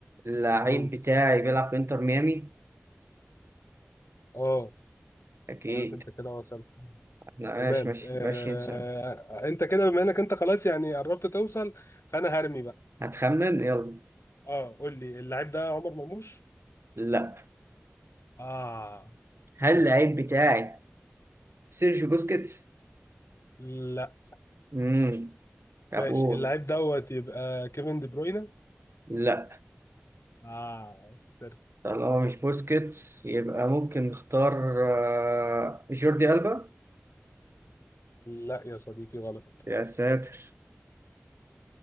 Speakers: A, on the right (about 65°); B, on the left (about 80°).
A: اللعيب
B: مم.
A: بتاعي بيلعب في انتر ميامي
B: اه
A: اكيد
B: خلاص انت كده وصلت
A: لا،
B: تمام
A: ماشي ماشي
B: آه،
A: ماشي انسى
B: انت كده بما انك انت خلاص يعني قربت توصل فانا هرمي بقى
A: هتخمن يلا
B: اه قول لي اللعيب ده عمر مرموش
A: لا
B: اه
A: هل
B: سر
A: اللعيب بتاعي سيرجيو بوسكيتس
B: لا
A: امم طب
B: ماشي
A: قول
B: اللعيب دوت يبقى كيفن دي بروينا
A: لا
B: اه سر
A: طالما
B: سر
A: مش بوسكيتس يبقى ممكن نختار آه، جوردي ألبا
B: لا يا صديقي غلط
A: يا ساتر